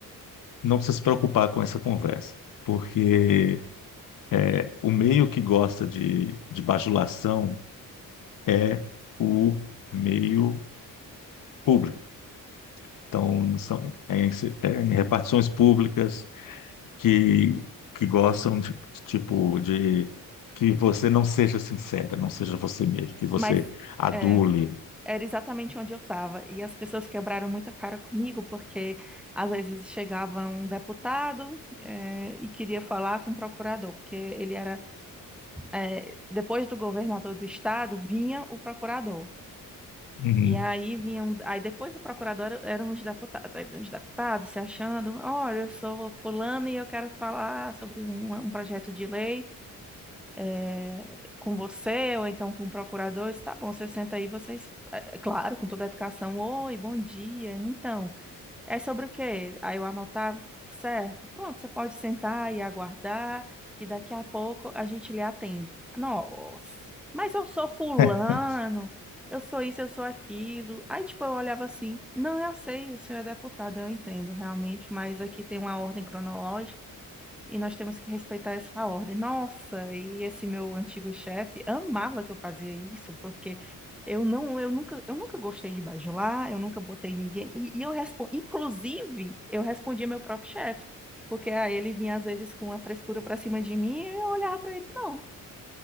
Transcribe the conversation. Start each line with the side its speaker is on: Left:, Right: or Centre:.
Left: não precisa se preocupar com essa conversa, porque É, o meio que gosta de, de bajulação é o meio público. Então, são é em, é em repartições públicas que, que gostam de, tipo, de que você não seja sincera, não seja você mesmo, que você
Centre: Mas.
Left: adule.
Centre: eh, era exatamente onde eu estava. E as pessoas quebraram muita cara comigo, porque às vezes chegava um deputado eh, e queria falar com o procurador, porque ele era, eh, depois do governador do estado, vinha o procurador.
Left: Uhum.
Centre: E aí vinham, aí depois do procurador eram os deputados, aí vinham os deputados se achando, olha, eu sou fulano e eu quero falar sobre um um projeto de lei eh, com você ou então com o procurador, isso tá bom, você senta aí, vocês, eh, eh, claro, com toda a educação, oi, bom dia, então, é sobre o quê? Aí eu anotava, certo, pronto, você pode sentar e aguardar, que daqui a pouco a gente lhe atende. Nossa, mas eu sou fulano,
Left: <laughs>
Centre: eu sou isso, eu sou aquilo. Aí, tipo, eu olhava assim, não, eu sei, o senhor é deputado, eu entendo realmente, mas aqui tem uma ordem cronológica, e nós temos que respeitar essa ordem. Nossa, e esse meu antigo chefe amava que eu fazia isso, porque eu não, eu nunca, eu nunca gostei de bajular, eu nunca botei ninguém. E, e eu respondo, inclusive, eu respondia meu próprio chefe, porque ah, ele vinha às vezes com a frescura para cima de mim e eu olhava para ele, não.